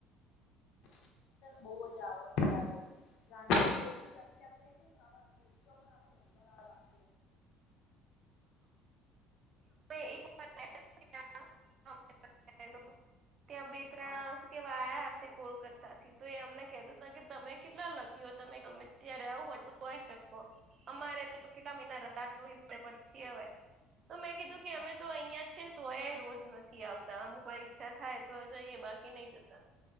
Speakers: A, on the left (about 65°); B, on the right (about 45°).
A: બઉ જ આવે અત્યારે ગણી તો એટલું પ્રખ્યાત થાય છે ને <inaudible> નંબર આ <inaudible>
B: એક વા <inaudible> ત્યાં બે ત્રણ
A: હા
B: કેવા આયા હશે કોલકતા થી તો એ અમને કેહતા હતા કે તમે કેટલા લખી હો તમે ગમે ત્યાં આવ હોય તો આવીય શકો. અમારે તો કેટલા મહિના રાત જોવી પડે પછી હવે. તો મેં કીધું કે
A: હા
B: અમે તો અહિયાં જ છેએ ને તો એ રોજ નથી આવતા અમુક કોઈ ઈચ્છા થાય તો જઈએ બાકી કે નહી જતા.